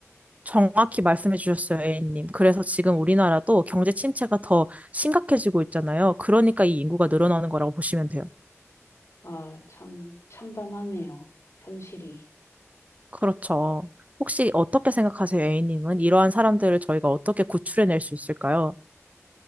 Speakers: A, on the right (about 30°); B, on the left (about 75°).
A: 정확히 말씀해 주셨어요, A님. 그래서 지금 우리나라도 경제 침체가 더 심각해지고 있잖아요. 그러니까 이 인구가 늘어나는 거라고 보시면 돼요.
B: 아, 참, 참담하네요. 현실이.
A: 그렇죠. 혹시 어떻게 생각하세요, A님은? 이러한 사람들을 저희가 어떻게 구출해낼 수 있을까요?